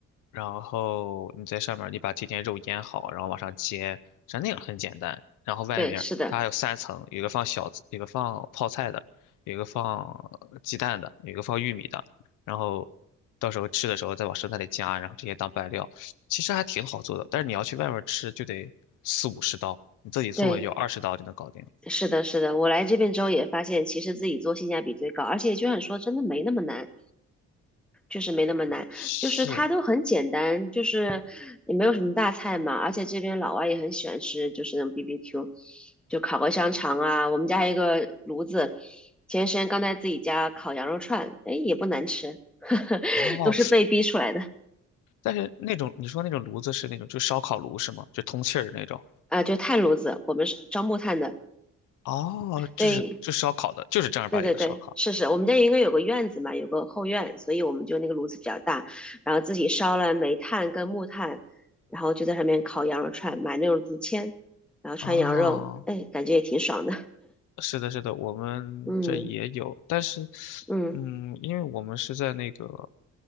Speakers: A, on the left (about 85°); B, in the centre.
A: 然后你在上面儿你把这点肉腌好，然后往上煎，像那样很简单。然后外面儿它还有三层，
B: 对，是的。
A: 有一个放小子有一个放泡菜的，有一个放呃鸡蛋的，有一个放玉米的。然后到时候吃的时候再往生菜里加，然后这些当拌料，其实还挺好做的。但是你要去外面儿吃就得四五十刀，你自己做也就二十刀就能搞定。
B: 对，是的，是的，我来这边之后也发现，其实自己做性价比最高，而且就像你说，真的没那么难，确实没那么难，
A: 嗯，是。
B: 就是它都很简单，就是也没有什么大菜嘛，而且这边老外也很喜欢吃，就是那种 BBQ，就烤个香肠啊，我们家还有一个炉子，前段时间刚在自己家烤羊肉串，哎，也不难吃，<laughs>
A: 哦，
B: 都是被逼出来的
A: 但是那种你说那种炉子是那种就烧烤炉是吗？就通气儿的那种。
B: 啊，就炭炉子，我们是樟木炭的，
A: 哦，
B: 对，
A: 就是就烧烤的，就是正儿八经的烧烤。
B: 对对对，是是，我们家应该有个院子嘛，有个后院，所以我们就那个炉子比较大，然后自己烧了煤炭跟木炭，然后就在上面烤羊肉串，买那种竹签，然后串羊肉，
A: 哦，
B: 哎，感觉也挺爽的。
A: 是的，是的，我们这也有，
B: 嗯
A: 但是，
B: 嗯，
A: 嗯，因为我们是在那个，